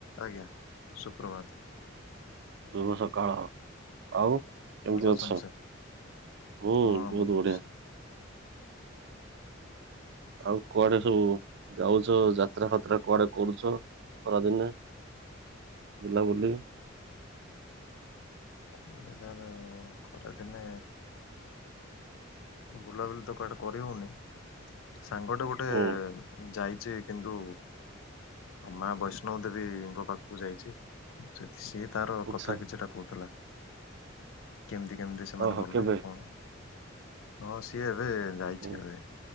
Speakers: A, on the left (about 80°); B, on the right (about 60°).
A: ଆଜ୍ଞା ସୁପ୍ରଭାତ।
B: ଶୁଭ ସକାଳ। ଆଉ କେମତି
A: ଭଲ ଅଛନ୍ତି
B: ଅଛ?
A: ସାର୍
B: ହୁ
A: ହଁ
B: ବହୁତ
A: ଭଲ ଅଛି
B: ବଢିଆ।
A: ସାର୍
B: ଆଉ କୁଆଡେ ସବୁ ଯାଉଛ ଯାତ୍ରା ଫାତ୍ରା କୁଆଡେ କରୁଛ? ଖରାଦିନେ ବୁଲା ବୁଲି
A: କୁଆଡେଜାର ଖରା ଦିନେ। ବୁଲାବୁଲି ତ କୁଆଡେ କରି ହଉନି ସାଙ୍ଗଟେ ଗୋଟାଏ
B: ହୁଁ
A: ଯାଇଛି କିନ୍ତୁ ମା ବୈଷ୍ଣବ ଦେବୀଙ୍କ ପାଖକୁ ଯାଇଛି। ଯଦି ସିଏ ତାର
B: ଆଚ୍ଛା
A: କଥା କିଛିଟା କହୁଥିଲା। କେମିତି କେମିତି ସେମାନେ
B: ଓହୋ
A: ଗଲେ
B: କେବେ?
A: କଣ ହଁ ସେବ ଯଇଚିଏବେ।
B: ହୁଁ